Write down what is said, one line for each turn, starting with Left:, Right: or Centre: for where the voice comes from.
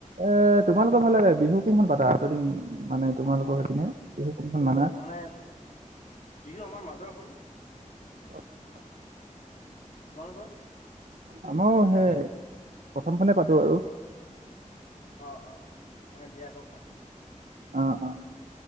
Right: এ তোমালোকৰ ফালে বিহু কোনখন পাতা তহতি মানে তোমালোকৰ সেইপিনে বিহু কোনখন মানা
Left: মানে বিহু আমাৰ মাজৰখন
Right: অ <unintelligible>
Left: অঁ তোমালোকৰ
Right: আমাৰ সেই প্ৰথমখনে পাতো আৰু
Left: অ অ মানে দিৰাক খন
Right: অ অ